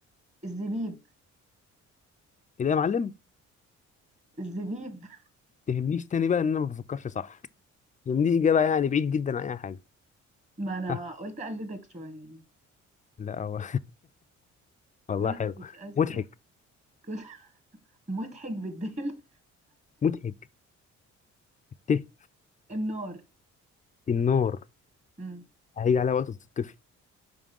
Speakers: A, on the right (about 25°); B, on the left (about 25°).
A: الزبيب
B: اللي يا معلم
A: الزبيب <laughs>
B: تهمنيش تاني بقى ان انا ما بفكرش صح لان دي اجابه يعني بعيد جدا عن اي حاجه
A: ما انا
B: ها
A: قلت اقلدك شويه يعني
B: لا هو <laughs> والله
A: كل
B: حلو
A: ما تتقسم
B: مضحك
A: كل <laughs> مضحك بالدل
B: مضحك الته
A: النار
B: النار
A: مم.
B: هيجي عليها وقت تطفي